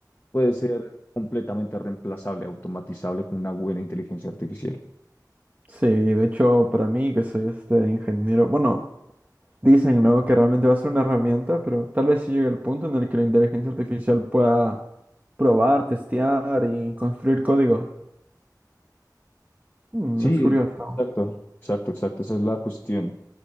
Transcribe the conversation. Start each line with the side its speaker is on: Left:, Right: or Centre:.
Left: puede ser completamente reemplazable, automatizable con una buena inteligencia artificial.
Right: Sí, de hecho, para mí, que soy este ingeniero, bueno, dicen, ¿no? que realmente va a ser una herramienta, pero tal vez sí llegue el punto en el que la inteligencia artificial pueda probar, testear y construir código. Mm,
Left: Sí,
Right: es curioso.
Left: exacto, exacto, exacto, esa es la cuestión.